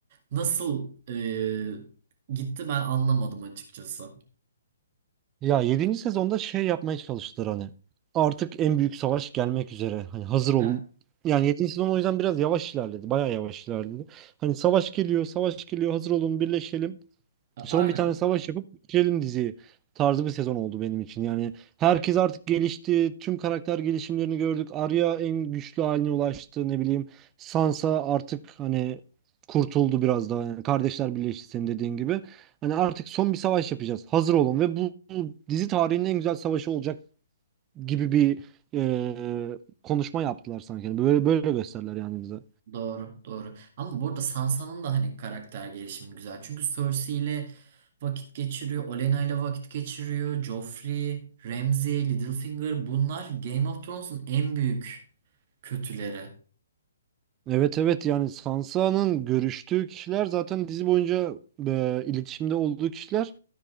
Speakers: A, on the right; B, on the right.
A: nasıl e, gitti ben anlamadım açıkçası.
B: Ya yedinci sezonda şey yapmaya çalıştılar hani. Artık en büyük savaş gelmek üzere. Hani hazır olun.
A: Heh,
B: Yani yedinci sezon o yüzden biraz yavaş ilerledi. Bayağı yavaş ilerledi. Hani savaş geliyor, savaş geliyor, hazır olun, birleşelim.
A: a-
B: son
A: aynen.
B: bir tane savaş yapıp bitirelim diziyi tarzı bir sezon oldu benim için. Yani herkes artık gelişti. Tüm karakter gelişimlerini gördük. Arya en güçlü haline ulaştı. Ne bileyim Sansa artık hani kurtuldu biraz daha. Yani kardeşler birleşti senin dediğin gibi. Hani artık son bir savaş yapacağız. Hazır olun ve bu, bu dizi tarihinin en güzel savaşı olacak gibi bir e, konuşma yaptılar sanki. Yani böyle böyle gösterdiler yani bize.
A: Doğru, doğru. Ama burada Sansa'nın da hani karakter gelişimi güzel. Çünkü Cersei ile vakit geçiriyor, Olenna ile vakit geçiriyor, Joffrey, Ramsay, Littlefinger bunlar Game of Thrones'un en büyük kötüleri.
B: Evet evet yani Sansa'nın görüştüğü kişiler zaten dizi boyunca e, iletişimde olduğu kişiler.